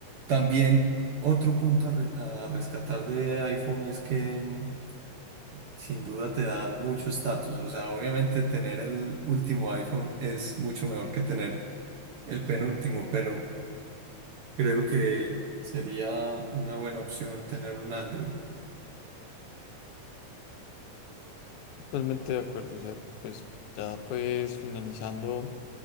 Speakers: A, on the right; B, on the left.
A: también otro punto a, re- a rescatar de iPhone es que mm, sin duda te da mucho estatus. O sea, obviamente tener el último iPhone es mucho mejor que tener el penúltimo, pero creo que sería una buena opción tener un Android.
B: Totalmente de acuerdo, Sergio. Pues ya pues finalizando,